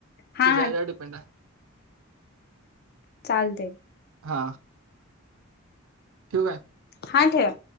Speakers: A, on the left (about 50°); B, on the right (about 70°).
A: हा
B: तुझ्यावर
A: हा
B: डिपेंट आहे.
A: चालतय.
B: हा ठेवु काय?
A: हा ठेव.